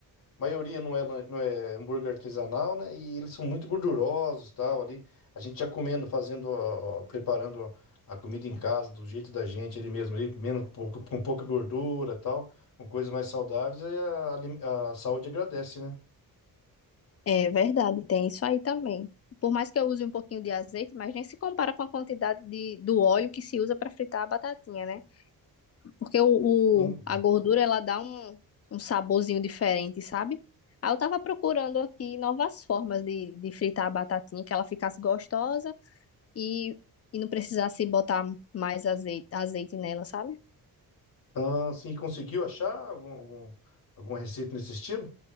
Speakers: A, on the left; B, on the left.
A: maioria não é, lan- não é hambúrguer artesanal, né? E eles são muito gordurosos, tal, ali. A gente já comendo, fazendo, ó, ó, preparando a comida em casa, do jeito da gente, ele mesmo, ali, menos, pouco, com pouca gordura, tal, com coisas mais saudáveis, aí a, alim- a saúde agradece, né?
B: É verdade, tem isso aí também. Por mais que eu use um pouquinho de azeite, mas nem se compara com a quantidade de, do óleo que se usa para fritar a batatinha, né? Porque o,
A: Hum.
B: o- a gordura ela dá um, um saborzinho diferente, sabe? Aí eu tava procurando aqui novas formas de, de fritar a batatinha, que ela ficasse gostosa e, e não precisasse botar mais azeite, azeite nela, sabe?
A: Ah, sim, conseguiu achar algum, algum- alguma receita nesse estilo?